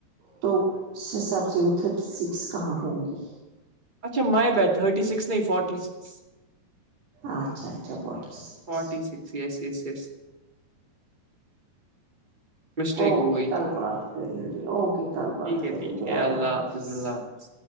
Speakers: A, on the right; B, on the right.
A: تو اس حساب سے وہ تھرٹی سکس کہاں ہوں گی
B: اچھا مائیبٹ تھرٹی سکس نہیں فٹی سکس
A: اچھا اچھا forty six
B: forty six yes yes yes mistake
A: اوکے
B: ہو گئی
A: کل
B: ٹھیک
A: بات کریں گے اوکے کل بات
B: ہے
A: کریں
B: ٹھیک
A: گے
B: ہے اللہ
A: حافظ
B: حفظ اللہ حاظ